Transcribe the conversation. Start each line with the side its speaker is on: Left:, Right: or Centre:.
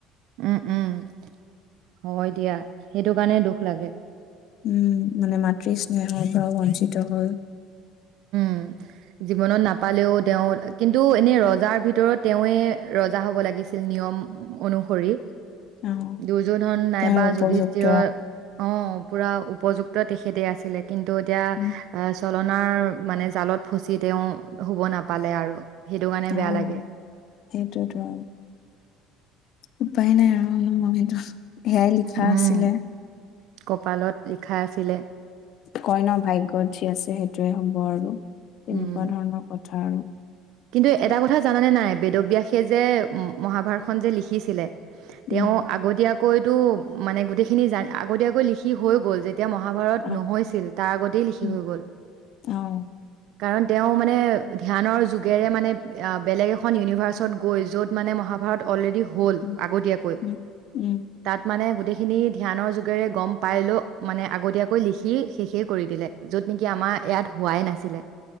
Right: উম উম হয় দিয়া সেইটো কাৰণে দুখ লাগে
Left: উম মানে মাতৃ স্নেহৰ পৰা বঞ্চিত হ'ল
Right: উম জীৱনত নাপালেও তেওঁ কিন্তু এনে ৰজাৰ ভিতৰত তেৱে ৰজা হ'ব লাগিছিল নিয়ম অনুসৰি
Left: অ
Right: দুৰ্যোধন নাইবা
Left: তেওঁৰ উপযুক্ত
Right: যুধিষ্ঠিৰ অ পুৰা উপযুক্ত তেখেতে আছিলে কিন্তু এতিয়া
Left: উম
Right: চ তুলনাৰ মানে জালত ফচি তেওঁ শুব নাপালে আৰু সেইটো কাৰণে বেয়া
Left: অ
Right: লাগে
Left: সেইটোয়েতো উপায় নাই আৰু উম সেইটো সেয়াই লিখা
Right: উম
Left: আছিলে
Right: কপালত লিখা আছিলে
Left: কই ন ভাগ্যত যি আছে সেইটোৱে হ'ব আৰু তেনেকুৱা
Right: উম
Left: ধৰণৰ কথা আৰু
Right: কিন্তু এটা কথা জানানে নাই বেদব্যাসে যে মহাভাৰতখন যে লিখিছিলে
Left: উম
Right: তেওঁ আগতীয়া কৈতো মানে গোটেইখিনি জান আগতীয়াকৈ লিখি হৈ গ'ল যে এতিয়া মহাভাৰত
Left: আহ
Right: নহৈছিল তাৰ আগতেই লিখি
Left: উম
Right: হৈ গ'ল
Left: আহ
Right: কাৰণ তেওঁ মানে ধ্যানৰ যুগ যোগেৰে মানে বেলেগ এখন ইউনিভাৰ্চত গৈ য'ত মানে মহাভাৰত অলৰেডি হল
Left: উম
Right: আগতীয়াকৈ
Left: উম উম
Right: তাত মানে গোটেইখিনি ধ্যানৰ যোগেৰে গম পাই লও মানে আগতীয়াকৈ লিখি শেষে কৰি দিলে যত নেকি আমাৰ ইয়াত হোৱাই নাছিলে